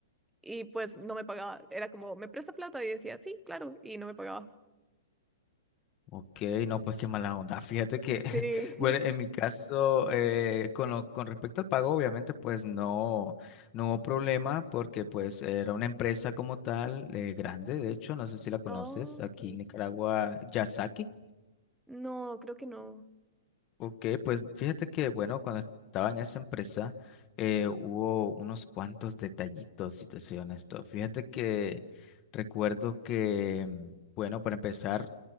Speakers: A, in the centre; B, on the left.
A: y pues no me pagaba, era como, ¿me presta plata? Y decía, sí, claro, y no me pagaba.
B: Ok, no, pues qué mala onda. Fíjate que,
A: Sí.
B: <laughs> bueno, en
A: <laughs>
B: mi caso, eh, con lo, con respecto al pago, obviamente, pues no, no hubo problema porque pues era una empresa como tal, eh, grande, de hecho, no sé si la conoces,
A: Oh,
B: aquí
A: ok.
B: en Nicaragua, Yasaki.
A: No, creo que no.
B: Ok, pues fíjate que, bueno, cuando estaba en esa empresa, eh, hubo unos cuantos detallitos, si te soy honesto. Fíjate que recuerdo que, mm, bueno, para empezar,